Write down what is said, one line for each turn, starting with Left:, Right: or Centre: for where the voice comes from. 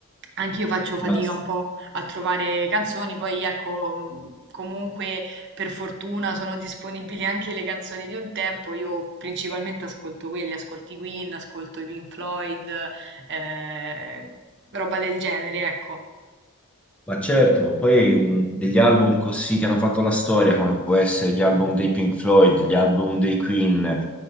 Right: anch'io faccio fatica
Centre: Basta.
Right: un po' a trovare canzoni, poi ecco, mh, comunque per fortuna sono disponibili anche le canzoni di un tempo, io principalmente ascolto quelle, ascolto i Queen, ascolto i Pink Floyd, eh, roba del genere, ecco.
Centre: Ma certo, ma poi un- degli album così che hanno fatto la storia, come può essere gli album dei Pink Floyd, gli album dei Queen, eh,